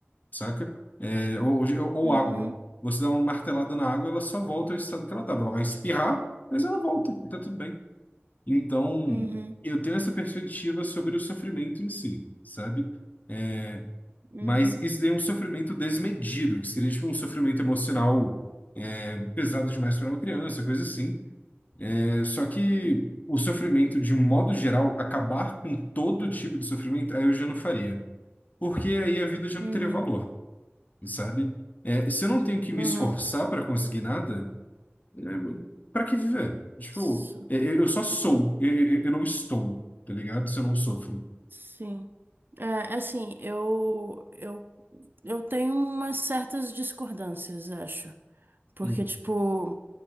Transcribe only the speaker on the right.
uhum,
uhum,
uhum,
uhum,
uhum.
S-
Sim. É, é assim, eu, eu, eu tenho umas certas discordâncias, acho. Porque,
tipo.